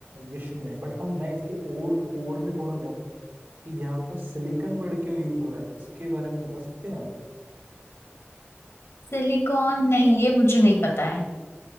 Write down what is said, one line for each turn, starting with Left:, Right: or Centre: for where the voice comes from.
Right: विश्व में बट हम मैं इसके और कोर में थोड़ा जाऊं कि यहाँ पर सिलिकॉन वर्ड क्यों यूज हो रहा है इसके बारे में बता सकते हैं आप
Left: सिलिकॉन नहीं ये मुझे नहीं पता है